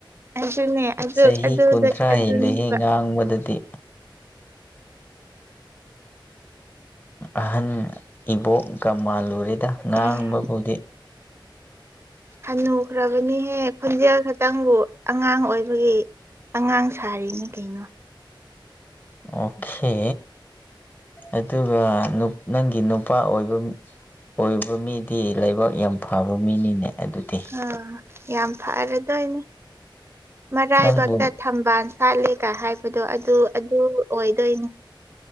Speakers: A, on the right (about 30°); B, on the left (about 20°).
A: ꯑꯗꯨꯅꯦ ꯑꯗꯨ
B: ꯆꯍꯤ
A: ꯑꯗꯨꯗ
B: ꯀꯨꯟꯊ꯭ꯔꯥ
A: ꯑꯗꯨꯅꯦꯕ
B: ꯍꯦꯂꯦꯍꯦ ꯉꯥꯡꯕꯗꯗꯤ ꯑꯍꯟ ꯏꯕꯣꯛꯀ ꯃꯥꯜꯂꯨꯔꯦꯗ ꯉꯥꯡꯕꯕꯨꯗꯤ
A: ꯎꯝ ꯍꯟꯅꯨꯈ꯭ꯔꯕꯅꯤꯍꯦ ꯈꯣꯟꯖꯦꯜ ꯈꯛꯇꯪꯕꯨ ꯑꯉꯥꯡ ꯑꯣꯏꯕꯒꯤ ꯑꯉꯥꯡ ꯁꯥꯔꯤꯅꯦ ꯀꯩꯅꯣ
B: ꯑꯣꯈꯦ ꯑꯗꯨꯒ ꯅꯪꯒꯤ ꯅꯨꯄꯥ ꯑꯣꯏꯕ ꯑꯣꯏꯕ ꯃꯤꯗꯤ ꯂꯩꯕꯥꯛ ꯌꯥꯝ ꯐꯕ ꯃꯤꯅꯤꯅꯦ ꯑꯗꯨꯗꯤ
A: ꯑꯥ ꯌꯥꯝ ꯐꯔꯗꯣꯏꯅꯦ ꯃꯔꯥꯏꯕꯛꯇ
B: ꯅꯪꯕꯨ
A: ꯊꯝꯕꯥꯜ ꯁꯥꯠꯂꯦꯒ ꯍꯥꯏꯕꯗꯣ ꯑꯗꯨ ꯑꯗꯨ ꯑꯣꯏꯗꯣꯏꯅꯦ